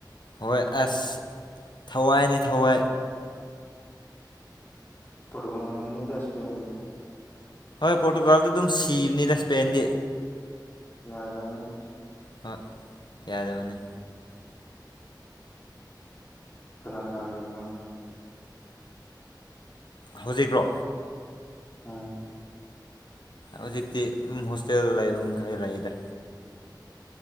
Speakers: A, on the left; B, on the left.
A: ꯍꯣꯏ ꯑꯁ ꯊꯋꯥꯏꯅꯦ ꯊꯋꯥꯏ
B: ꯐꯣꯇꯣꯀꯣꯜꯝꯅꯤꯗꯁꯤꯄꯤꯕꯨꯗꯤ
A: ꯍꯣꯏ ꯄꯣꯔꯇꯨꯒꯥꯜꯗ ꯑꯗꯨꯝ ꯁꯤꯕꯅꯤꯗ ꯏꯁꯄꯦꯟꯗꯤ
B: ꯌꯥꯗꯕꯅꯤ
A: ꯍꯣꯏ ꯌꯥꯗꯕꯅꯤ
B: ꯀꯅꯥ ꯀꯅꯥ ꯂꯩꯅꯣ
A: ꯍꯧꯖꯤꯛꯔꯣ
B: ꯑꯝ
A: ꯍꯧꯖꯤꯛꯇꯤ ꯍꯣꯁꯇꯦꯜ ꯂꯩꯕ ꯈꯔ ꯂꯩꯗ